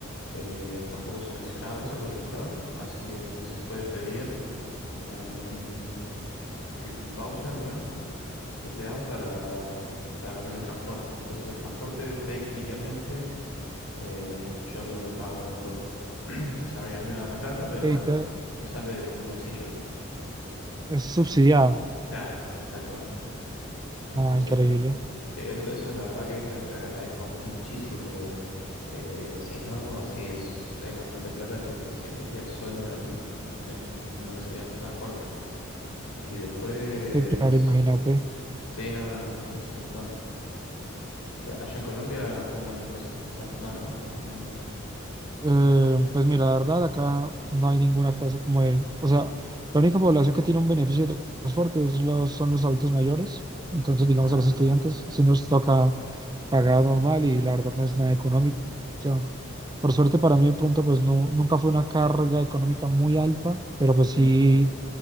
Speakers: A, on the left; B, on the right.
A: eh, está un poco subvencionado eso por el Estado, así que se puede pedir como un tipo un voucher, digamos, que te dan para, para lo que es el transporte. Entonces el transporte técnicamente eh, yo no lo pago del todo. <clears throat> O sea, a mí a mí me dan la plata, pero
B: que
A: bueno,
B: ahorita
A: o sea, no sale de mis bolsillos.
B: es subsidiado.
A: Claro, tal cual. Entonces,
B: Ah, increíble.
A: bueno, eh, eso, eso la verdad que es algo que agradezco muchísimo, porque eh, si no, sí es, es bastante plata que se invertía solo en, en lo que sería transporte. Y después,
B: Sí, claro, imagínate.
A: sí, no, no, no, es un montón. Y allá en Colombia, ¿cómo es la cosa? Tam- No, no, no.
B: Eh, pues mira, la verdad, acá no hay ninguna clase como de, o sea, la única población que tiene un beneficio de transporte es los, son los adultos mayores, entonces digamos
A: Ah,
B: a los estudiantes, si nos toca pagar normal y la verdad no es nada económico. O sea, por suerte para mí de pronto pues no, nunca fue una carga económica muy alta, pero pues sí,
A: sí,